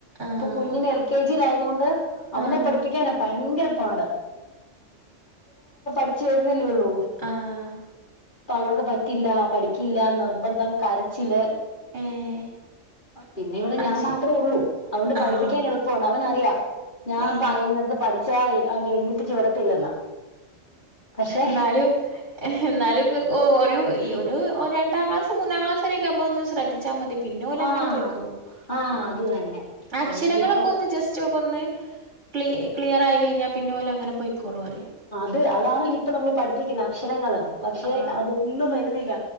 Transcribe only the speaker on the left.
ഇപ്പൊ കുഞ്ഞിന് എൽ കെ ജിയിലായത് കൊണ്ട് അവനെ
പഠിപ്പിക്കാനെ ഭയങ്കര പാട് ച്ച് വെരുന്നല്ലേള്ളൂ
അവർക്ക് പറ്റില്ല പഠിക്കില്ല നിർബന്ധം കര ച്ചില്
പിന്നെ ഇവിടെ
ഞാൻ
മാത്രേ ഉള്ളൂ അതുകൊണ്ട് പഠിപ്പിക്കാൻ
എളുപ്പണ്ട് അവനറിയാം ഞാൻ
പറയുന്നിടത്ത് പഠിച്ചാതെ അവനെഎഴുന്നേപ്പിച്ചു വിടത്തില്ലെന്ന് പക്ഷെ
ആഹ്
ആഹ്
അത് തന്നെ
അതുകൊണ്ട് ഇപ്പം
ത് അതാണല്ലോ ഇപ്പൊ നമ്മൾ പഠിപ്പിക്കുന്ന അക്ഷരങ്ങള് പക്ഷെ
അതൊന്നും വരുന്നില്ല